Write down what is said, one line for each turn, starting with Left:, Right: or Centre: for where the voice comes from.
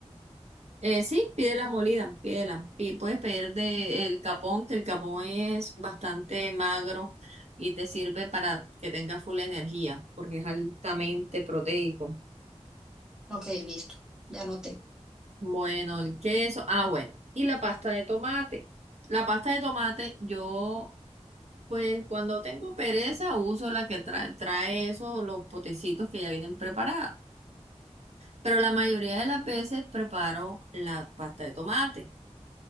Right: eh, sí, pídela molida, pídela. Y puedes pedir de el capón, que el capón es bastante magro y te sirve para que tengas full energía porque es altamente proteico.
Centre: Ok, listo, ya noté.
Right: Bueno, el queso. Ah, bueno. Y la pasta de tomate. La pasta de tomate, yo, pues cuando tengo pereza, uso la que trae, trae esos, los potecitos que ya vienen preparados. Pero la mayoría de las veces preparo la pasta de tomate.